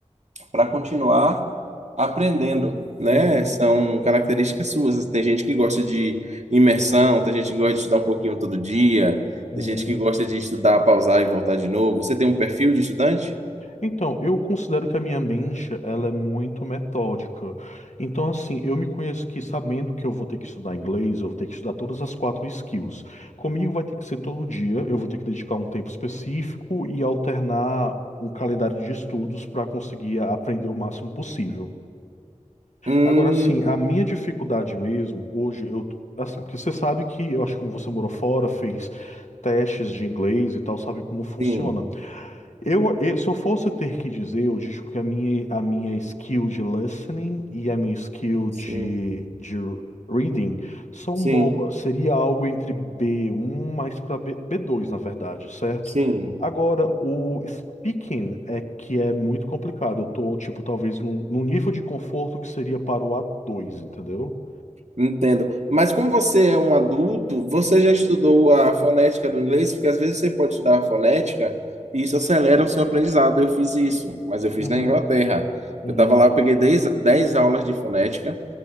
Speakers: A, on the right; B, on the left.
A: para continuar aprendendo, né?
B: uhum,
A: São características suas. Tem gente que gosta de imersão, tem gente que gosta de estudar um pouquinho todo dia,
B: uhum,
A: tem gente que gosta de estudar, pausar e voltar de novo. Você tem um perfil de estudante?
B: Então, eu considero que a minha mente, ela é muito metódica. Então, assim, eu me conheço que sabendo que eu vou ter que estudar inglês, eu vou ter que estudar todas as quatro skills. Comigo vai ter que ser todo dia, eu vou ter que dedicar um tempo específico e alternar um calendário de estudos para conseguir aprender o máximo possível.
A: Hum,
B: Agora, assim, a minha dificuldade mesmo, hoje eu, assim, porque você sabe que, eu acho que como você morou fora, fez testes de inglês e tal, sabe como funciona.
A: sim,
B: Eu, eu- se eu fosse ter que dizer, eu digo que a minha, a minha skill de listening e a minha skill
A: sim,
B: de, de reading são
A: sim,
B: boas. Seria algo entre b um mais para B, B2, na verdade, certo?
A: sim,
B: Agora, o speaking é que é muito complicado. Eu tô, tipo, talvez num, num nível de conforto que seria para o a dois entendeu?
A: entendo. Mas como você é um adulto, você já estudou a fonética do inglês? Porque às vezes você pode estudar a fonética e isso acelera o seu aprendizado. Eu fiz isso, mas eu fiz
B: Uhum,
A: na Inglaterra.
B: uhum,
A: Eu estava lá, eu peguei dez dez aulas de fonética.